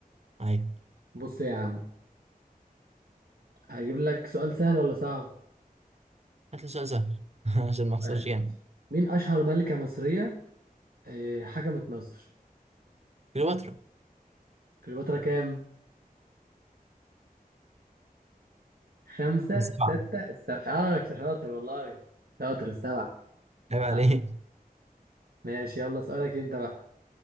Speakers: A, on the right; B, on the right.
A: ايوه
B: بص يا عم هجيب لك سؤال سهل ولا صعب
A: هات لي سؤال سهل <laughs> عشان ما اخسرش
B: سؤال.
A: جامد
B: مين اشهر ملكة مصرية آه، حكمت مصر
A: كليوباترا
B: كليوباترا كام خمسة
A: السبعة
B: ستة السبعة اه شاطر والله شاطر السبعة
A: عيب عليك
B: عاش. ماشي يلا سؤالك انت بقى